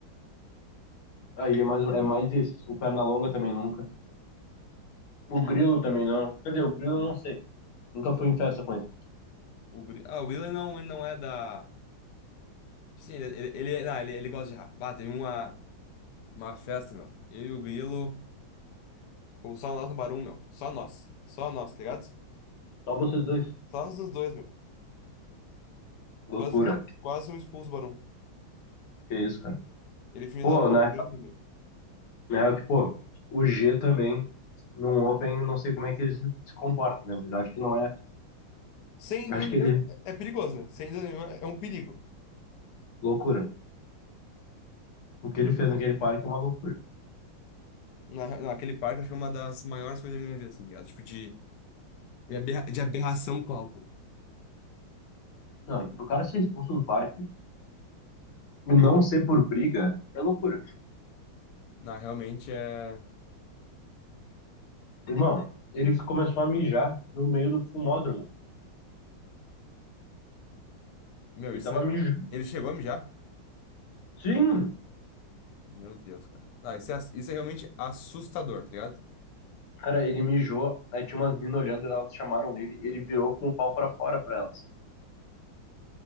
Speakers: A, on the left; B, on the left.
A: Aí é mais, é mais isso. O perna longa também nunca. O grilo também não. Cadê? O grilo eu não sei. Nunca fui em festa com ele.
B: O guri... Ah, o Will ele não, ele não é da. Sim, ele, ele, não, ele, ele gosta de errar. Bah, teve uma, uma festa, meu. Eu e o Grilo. Fomos só nós no Barum, meu. Só nós. Só nós, tá ligado?
A: Só vocês dois.
B: Só nós os dois, meu.
A: Loucura.
B: Quase fomos, quase fomos expulsos do Barum.
A: Que isso, cara.
B: Ele fingiu
A: Pô,
B: que tava pulando,
A: na
B: meu.
A: na real, que, pô, o G também, num Open, não sei como é que ele se se comporta, né? Mas acho que não é.
B: Sem
A: Acho
B: dúvida
A: que
B: nenhuma,
A: ele.
B: é perigoso, né? Sem dúvida nenhuma, é um perigo.
A: Loucura. O que ele fez naquele parque é uma loucura.
B: Na, naquele parque, acho que é uma das maiores coisas da minha vida, assim, tá ligado? Tipo, de, de aberra- de aberração com álcool.
A: Não, é que o cara ser expulso do parque e não ser por briga é loucura.
B: Não, realmente é.
A: Irmão, ele começou a mijar no meio do fumódromo.
B: Meu,
A: Ele
B: isso.
A: tava mijando.
B: Ele chegou a mijar?
A: Sim!
B: Meu Deus, cara. Não, isso é, ass- isso é realmente assustador, tá ligado?
A: Cara, ele mijou, aí tinha umas meninas olhando, elas chamaram ele, ele virou com o pau pra fora pra elas.